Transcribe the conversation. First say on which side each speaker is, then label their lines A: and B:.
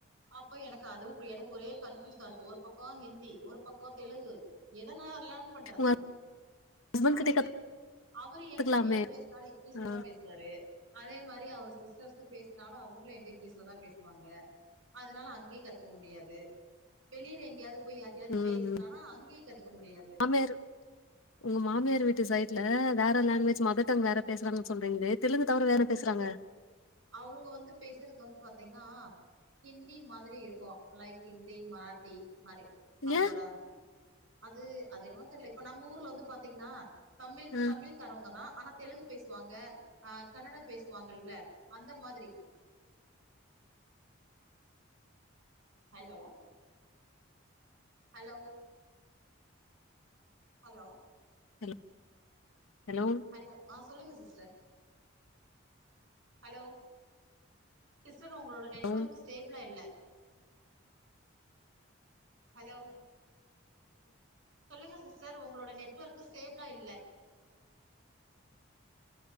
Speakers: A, on the right (about 70°); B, on the left (about 80°).
A: அப்ப எனக்கு அதுவு புரி எனக்கு ஒரே கன்ஃபியூஸா இருக்கு ஒரு பக்கோ ஹிந்தி ஒரு பக்கோ தெலுகு எதனாவர்லாம் பண்றது
B: உங்க ஹஸ்பண்ட்
A: அது
B: கிட்ட
A: அவரு
B: கத்துக்கலாமே
A: என்கிட்ட எப்ப பேசினாலு இங்கிலீஷ்ல
B: ஆ
A: தா பேசு வாரு அதே மாரி அவர் சிஸ்டர்ஸு பேசுனாலு அவங்களு என்ட்ட இங்கிலீஷ்லதா பேசுவாங்க அதுனால அங்கயு கத்துக்க முடியாது வெளியில எங்கேயாவது போயி யார் டயாவது
B: ம்
A: பேசலாம்னா
B: ம்.
A: அங்கயு கதுக்க முடியாது
B: மாமியார் உங்க மாமியார் வீட்டு சைட்ல வேற லாங்குவேஜ் மதர் டங் வேற பேசுறாங்கனு சொல்றீங்களே தெலுங்கு தவிர வேற பேசுறாங்க
A: அவுங்க வந்து பேசுறது வந்து பாத்தீங்கனா ஹிந்தி மாதிரி இருக்கு லைக் ஹிந்தி மராத்தி மாரி அவுங்களோட
B: ஏ
A: அது அதென்னவோ தெரில இப்ப நம்ப ஊர்ல வந்து பாத்தீங்கனா தமிழ்
B: ஆ
A: தமிழ் காரவங்க தா ஆனா தெலுங்கு பேசுவாங்க அ கன்னடம் பேசுவாங்கல்ல அந்த மாதிரி hello hello hello
B: hello hello
A: hello ஆ சொல்லுங்க சிஸ்டர் ஹலோ சிஸ்டர் ஒங்களோட நெட்வொர்க்
B: ஹலோ
A: ஸ் ஸ்டேப்ளா இல்ல ஹலோ சொல்லுங்க சிஸ்டர் ஒங்களோட நெட்வொர்க்க ஸ்டேிப்ளா இல்ல